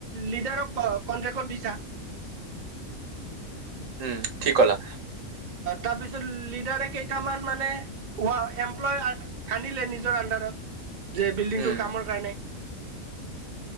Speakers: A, on the right (about 45°); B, on the right (about 65°).
A: লিডাৰক কনট্ৰেকট দিছা
B: উম কি ক'লা
A: তাৰপিছত লিডাৰে কেইটামান মানে <unintelligible> এমপ্লয় আ-আনিলে নিজৰ আন্দাৰত যে বিল্ডিংটোৰ
B: উম,
A: কামৰ কাৰণে